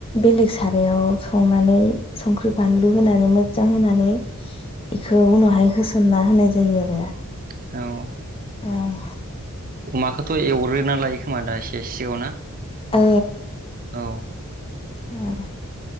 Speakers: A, on the left; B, on the right.
A: बेलेग सारायाव संनानै संख्रि बानलु होनानै मोजां होनानै बेखौ उनावहाय होसनना होनाय जायो आरो
B: औ
A: ओं
B: अमाखौथ एवग्रोना लायो खोमा दा एसे सेव ना?
A: अ
B: औ
A: उम।